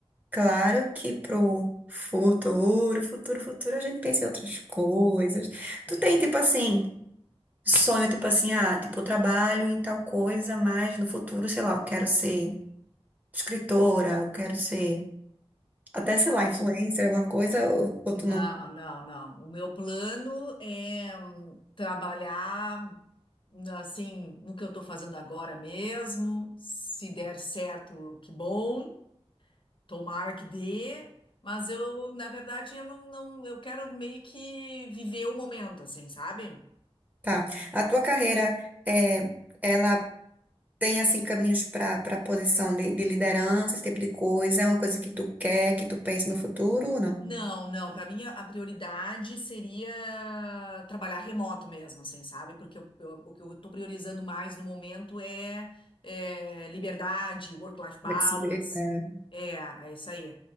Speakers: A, on the right (about 15°); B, on the left (about 55°).
A: Claro que pro futuro, futuro, futuro, a gente pensa em outras coisas.
B: sim.
A: Tu tem, tipo assim, sonho, tipo assim, ah, tipo, eu trabalho em tal coisa, mas no futuro, sei lá, eu quero ser escritora, eu quero ser, até, sei lá, influencer, alguma coisa, ou, ou
B: Não,
A: tu não.
B: não, não. O meu plano é hum, trabalhar assim no que eu estou fazendo agora mesmo. Se der certo, que bom. Tomara que dê, mas eu, na verdade, eu não, não, eu quero meio que viver o momento, assim, sabe?
A: Tá. A tua carreira é. Ela Tem assim caminhos para para posição de, de liderança, esse tipo de coisa? É uma coisa que tu quer, que tu pensa no futuro ou não?
B: Não, não, para mim a a prioridade seria trabalhar remoto mesmo, assim, sabe? Porque eu- eu- o que eu estou priorizando mais no momento é, é, liberdade, work-life balance.
A: Flexibilidade.
B: É, é isso aí.